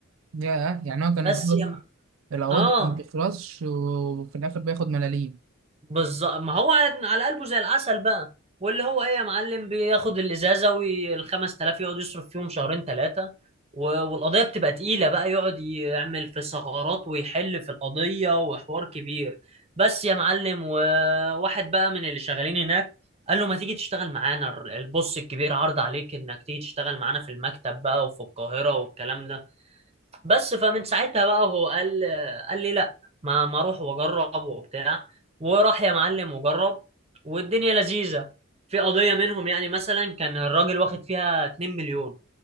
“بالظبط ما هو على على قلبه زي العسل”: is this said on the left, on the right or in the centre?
Right